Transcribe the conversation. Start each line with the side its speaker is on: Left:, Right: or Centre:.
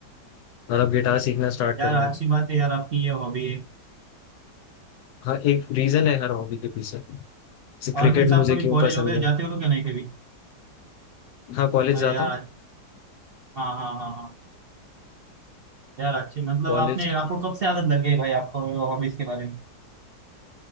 Left: और अब गिटार सीखना स्टार्ट करूंगा
Right: यार अच्छी बात है यार आपकी ये हॉबी है
Left: हाँ एक रीजन है हर हॉबी के पीछे जैसे क्रिकेट
Right: और मीन्स आप
Left: मुझे
Right: कभी
Left: क्यों
Right: कॉलेज
Left: पसंद
Right: वगैरह
Left: है
Right: जाते हो क्या नहीं कभी
Left: हाँ कॉलेज
Right: अरे
Left: जाता
Right: यार
Left: हूँ
Right: आज- हाँ हाँ हाँ हाँ यार अच्छी मतलब
Left: कॉलेज
Right: आपने आपको कब से आदत लग गई भाई आपको हॉबीज के बारे में